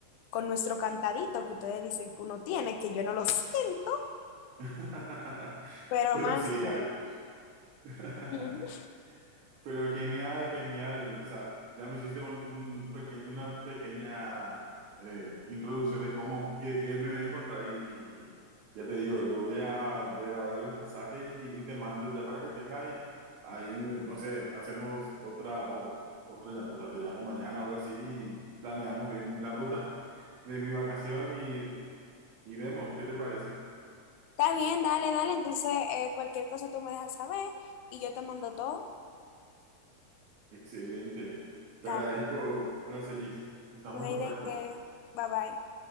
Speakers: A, on the left; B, on the right.
A: con nuestro cantadito que ustedes dicen que uno tiene, que yo no lo siento,
B: <laughs>
A: pero
B: Pero
A: más
B: sí
A: no.
B: hay. <laughs>
A: Ujú.
B: Pero genial, genial. O sea, ya me hiciste un, un peque- una pequeña eh, introducción de cómo, qué, qué me voy a encontrar. Y, y ya te digo, yo voy a ver ahora los pasajes y, y te mando ya para que tengas ahí, ahí, no sé, hacemos otra, o, otra llamada. O sea, te llamo mañana o algo así y planeamos bien la ruta <laughs> de mi vacación y, y vemos, ¿qué te parece?
A: Está bien, dale, dale. Entonces, eh, cualquier cosa tú me dejas saber y yo te mando todo.
B: Excelente.
A: Está
B: Te agradezco,
A: bien.
B: Aracelis. Estamos
A: No
B: en
A: hay
B: contacto.
A: de qué. Bye bye.